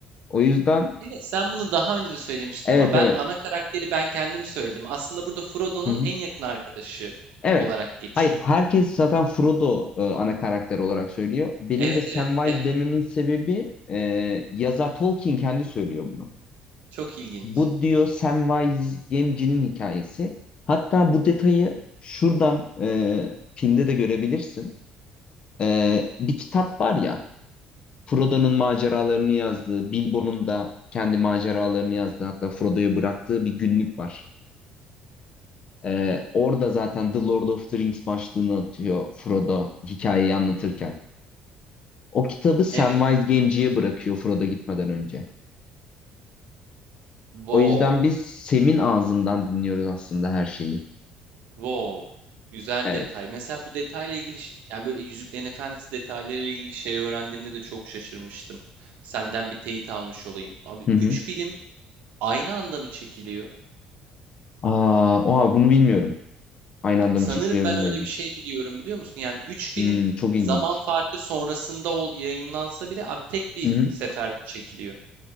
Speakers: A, on the left; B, on the right.
A: O yüzden
B: Evet, sen bunu daha önce de söylemiştin
A: evet
B: ama ben
A: evet.
B: ana karakteri ben kendim söyledim. Aslında burada Frodo'nun
A: Hı hı.
B: en yakın arkadaşı
A: Evet.
B: olarak geçiyor.
A: Hayır, herkes zaten Frodo e, ana karakter olarak söylüyor. Benim
B: Evet,
A: de Samwise
B: evet, evet.
A: dememin sebebi e, yazar Tolkien kendi söylüyor bunu.
B: Çok ilginç.
A: Bu diyor Samwise Gamgee'nin hikayesi. Hatta bu detayı şuradan e, filmde de görebilirsin. E, bir kitap var ya, Frodo'nun maceralarını yazdığı, Bilbo'nun da kendi maceralarını yazdığı, hatta Frodo'ya bıraktığı bir günlük var. Ee, orada zaten The Lord of the Rings başlığını atıyor Frodo hikayeyi anlatırken. O kitabı Samwise
B: Evet.
A: Gamgee'ye bırakıyor Frodo gitmeden önce.
B: Wow.
A: O yüzden biz Sem'in ağzından dinliyoruz aslında her şeyi.
B: Wow. Güzel
A: Evet.
B: detay. Mesela bu detayla ilgili ş- yani böyle Yüzüklerin Efendisi detaylarıyla ilgili şey öğrendiğimde de çok şaşırmıştım. Senden bir teyit almış olayım. Abi
A: Hı hı.
B: 3 film aynı anda mı çekiliyor?
A: Aa, oha bunu bilmiyorum. Aynı anda
B: Sanırım
A: mı çekiliyor
B: ben
A: bilmiyorum.
B: öyle bir şey biliyorum biliyor musun? Yani 3 film
A: Hmm, çok ilginç.
B: zaman farkı sonrasında ol, yayımlansa bile abi tek bir
A: Hı hı.
B: seferde çekiliyor.